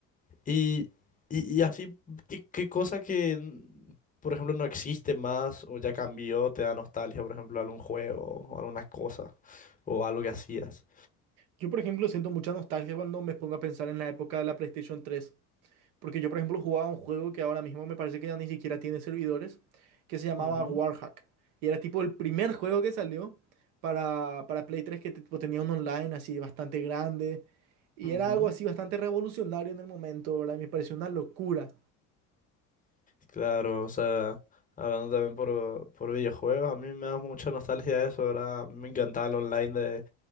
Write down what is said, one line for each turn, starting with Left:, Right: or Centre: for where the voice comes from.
Left: Y, y, y así, ¿qué, qué cosa que, mm, por ejemplo, no existe más o ya cambió, te da nostalgia, por ejemplo, algún juego o alguna cosa o algo que hacías?
Right: Yo, por ejemplo, siento mucha nostalgia cuando me pongo a pensar en la época de la PlayStation 3, porque yo, por ejemplo, jugaba un juego que ahora mismo me parece que ya ni siquiera tiene servidores, que se llamaba
Left: Ujú,
Right: Warhack, y era tipo el primer juego que salió para, para Play 3 que tipo, tenía un online así bastante grande, y
Left: ujú.
Right: era algo así bastante revolucionario en el momento, ¿verdad? Y me pareció una locura.
Left: Claro, o sea, hablando también por, por videojuegos, a mí me da mucha nostalgia eso, ¿verdad? Me encantaba el online de